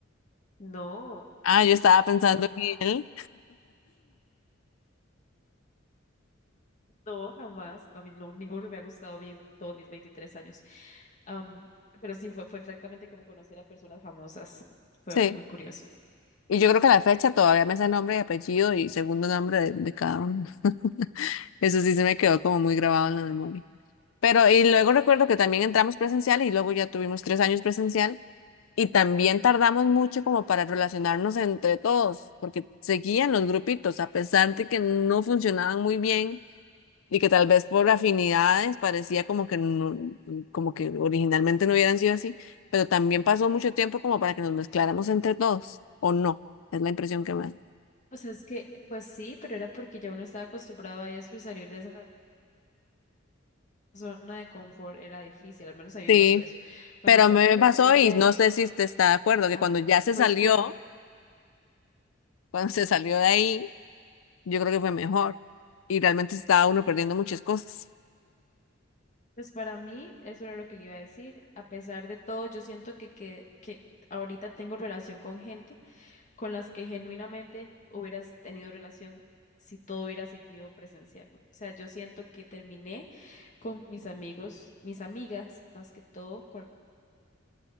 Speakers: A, on the left; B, on the left.
A: No.
B: Ah, yo estaba pensando
A: No, no,
B: en él.
A: no, jamás. A mí no, ninguno me ha gustado a mí en todos mis 23 años. Am, pero sí, fue, fue exactamente como conocer a personas famosas. Fue
B: Sí.
A: muy curioso.
B: Y yo creo que a la fecha todavía me sé nombre y apellido y segundo nombre de, de cada uno. <laughs> Eso sí se me quedó como muy grabado en la memoria. Pero, y luego recuerdo que también entramos presencial y luego ya tuvimos tres años presencial y también tardamos mucho como para relacionarnos entre todos, porque seguían los grupitos, a pesar de que no funcionaban muy bien y que tal vez por afinidades parecía como que no- como que originalmente no hubieran sido así, pero también pasó mucho tiempo como para que nos mezcláramos entre todos, o no, es la impresión que me da.
A: O sea, es que, pues sí, pero era porque ya uno estaba acostumbrado a eso y salir de esa zona de confort era difícil. Al menos a mí me
B: Sí,
A: pasó eso. Cuando
B: pero
A: ya
B: me
A: pude
B: pasó
A: salir
B: y
A: de ahí,
B: no sé si usted está de acuerdo, que
A: ah,
B: cuando ya se
A: pues
B: salió,
A: conecté.
B: <laughs> cuando se salió de ahí, yo creo que fue mejor y realmente estaba uno perdiendo muchas cosas.
A: Pues para mí, eso era lo que le iba a decir. A pesar de todo, yo siento que, que, que ahorita tengo relación con gente con las que genuinamente hubieras tenido relación si todo hubiera seguido presencial. O sea, yo siento que terminé con mis amigos, mis amigas, más que todo, con